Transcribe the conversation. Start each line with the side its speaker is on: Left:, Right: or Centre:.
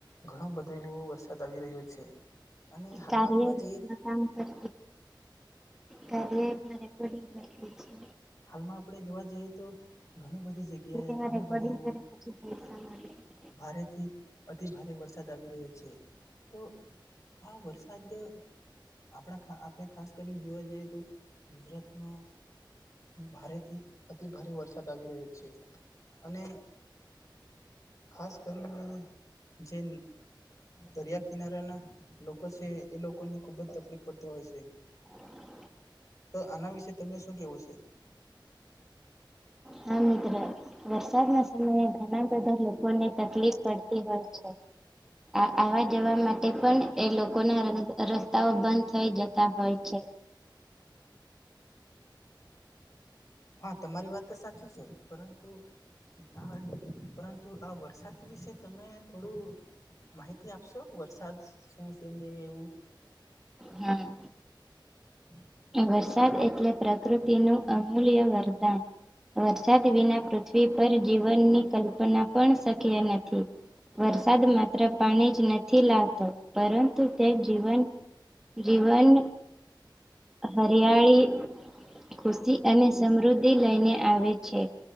Left: ઘણો બધો એવો વરસાદ આવી રહ્યો છે અને હાલમાં
Centre: કાર્ય
Left: જોવા જઈએ
Centre: કામ કર છે રેકોર્ડંગ કર છે.
Left: હાલમાં આપણે જોવા જઈએ તો ઘણી બધી જગ્યાએ
Centre: છે તેમાં
Left: ઘણું
Centre: રેકોર્ડિંગ
Left: બધું એવું
Centre: <inaudible>
Left: ભારેથી અતિભારે વરસાદ આવી રહ્યો છે તો આ વરસાદ આપણા ખા આપણે ખાસ કરીને જોવા જઈએ તો ગુજરાતમાં ભારે થી અતિભારે વરસાદ આવી રહ્યો છે અને ખાસ કરીને જે દરિયા કિનારાના લોકો છે એ લોકોને ખુબ જ તકલીફ પડતી હોય છે.
Centre: હ <inaudible>
Left: તો આના વિશે તમે શું કેવો છે?
Centre: હા મિત્ર વરસાદના સમયે ઘણા બધા લોકોને તકલીફ પડતી હોય છે. આ આવા જવા માટે પણ એ લોકોના રસ્તાઓ બંધ થઇ જતા હોય છે.
Left: હા તમારી વાત તો સાચી છે, પરંતુ હ પરંતુ આ વરસાદ વિશે તમે થોડું માહિતી આપશો વરસાદ શું છે ને એવું?
Centre: હમ.
Left: <inaudible>
Centre: વરસાદ એટલે પ્રકૃતિનું અમૂલ્ય વરદાન. વરસાદ વિના પૃથ્વી પર જીવનની કલ્પના પણ શક્ય નથી. વરસાદ માત્ર પાણી જ નથી લાવતો, પરંતુ તે જીવન જીવન હરિયાળી ખુશી અને સમૃદ્ધિ લઈને આવે છે.